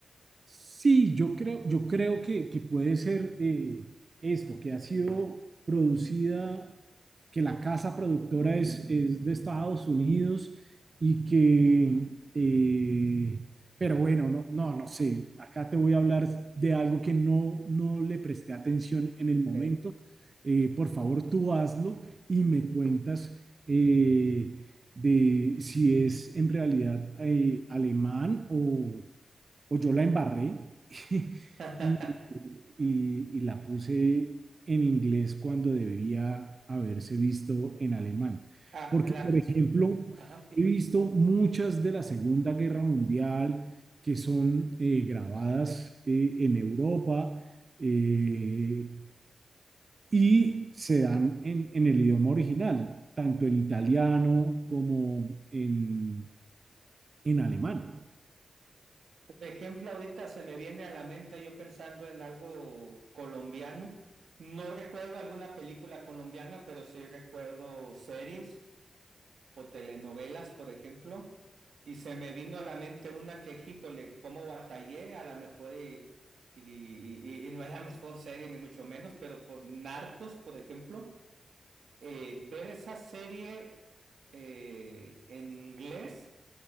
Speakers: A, on the right (about 50°); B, on the right (about 85°).
A: Sí, yo creo, yo creo que, que puede ser eh, esto, que ha sido producida, que la casa productora es, es de Estados Unidos y que, eh, pero bueno, no, no, no sé, acá te voy a hablar de algo que no, no le presté atención en el momento.
B: Okay.
A: Eh, por favor, tú hazlo y me cuentas eh, de si es en realidad eh, alemán o o yo la embarré <laughs>
B: <laughs>
A: y, y- y la puse en inglés cuando debía haberse visto en alemán.
B: Ah,
A: Porque,
B: la-
A: por ejemplo,
B: ajá.
A: he visto muchas de la Segunda Guerra Mundial que son eh, grabadas eh, en Europa eh, y se dan en, en el idioma original, tanto en italiano como en en alemán.
B: Por ejemplo, ahorita se me viene a la mente yo pensando en algo colombiano. No recuerdo alguna película colombiana, pero sí recuerdo series. o telenovelas, por ejemplo, y se me vino a la mente una que, híjole, cómo batallé, a lo mejor y, y, y- y no es la mejor serie, ni mucho menos, pero por Narcos, por ejemplo, eh, ver esa serie eh, en inglés,